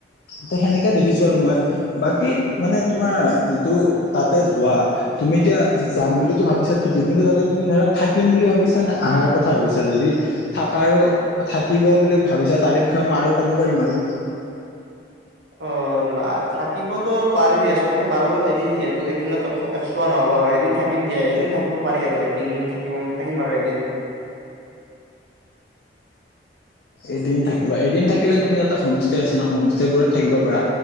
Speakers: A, on the left; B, on the right.
A: ত সেনেকে দেখিছো আৰু মই বাকী মানে তোমাৰ যিটো তাতে যোৱা তুমি এতিয়া যাম বুলিটো ভাবিছা ঠিকেই কিন্তু তাতে তুমি ধৰা থাকিম বুলি ভাবিছা নে অহাৰ কথা ভাবিছা যদি থাকাৰো থাকিব বুলি ভাবিছ তাৰে বিষয়ে মই আৰু ক'ব পাৰিম আৰু
B: অ নাই থাকিবতো পাৰি দিয়াচোন এবাৰু এদিন যিহেতু এদিনত আকৌ চোৱা নহ'ব আৰু এদিন থাকিম দিয়া এদিন থাকিব পাৰি আৰু এদিন থাকিব থাকিম আৰু এদিন
A: এদিন থাকিবা এদিন থাকিলে তুমি ইয়াতে হোমষ্টে আছে ন হোমষ্টেবোৰত থাকিব পাৰা